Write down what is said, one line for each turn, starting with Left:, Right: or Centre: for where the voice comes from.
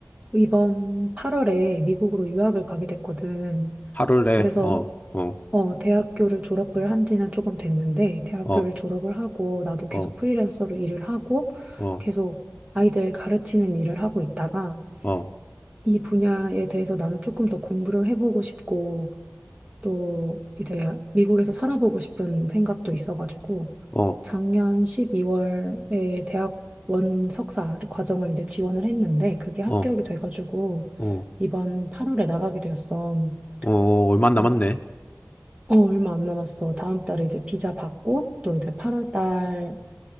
Right: 이번 8월에 미국으로 유학을 가게 됐거든.
Left: 하루를 내,
Right: 그래서
Left: 어, 어,
Right: 어, 대학교를 졸업을 한 지는 조금 됐는데, 대학교를
Left: 어,
Right: 졸업을 하고, 나도 계속
Left: 어,
Right: 프리랜서로 일을 하고,
Left: 어,
Right: 계속 아이들 가르치는 일을 하고 있다가,
Left: 어,
Right: 이 분야에 대해서 나는 조금 더 공부를 해보고 싶고, 또 이제 미국에서 살아보고 싶은 생각도 있어가지고,
Left: 어,
Right: 작년 12월에 대학원 석사 과정을 이제 지원을 했는데, 그게 합격이
Left: 어,
Right: 돼가지고,
Left: 어.
Right: 이번 8월에 나가게 되었어.
Left: 어, 얼마
Right: 그래서
Left: 안 남았네.
Right: 어, 얼마 안 남았어. 다음 달에 이제 비자 받고 또 이제 8월 달에